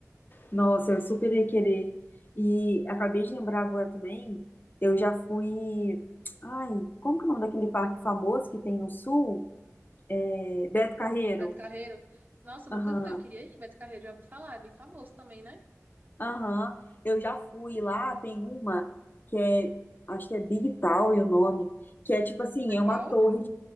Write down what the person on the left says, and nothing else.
Nossa, eu super ia querer. E acabei de lembrar agora também, eu já fui. Ai, como que é o nome daquele parque famoso que tem no sul? É, Beto Carreiro.
Aham,
aham. Eu já fui lá, tem uma que é, acho que é Big Tower o nome, que é tipo assim,
é uma torre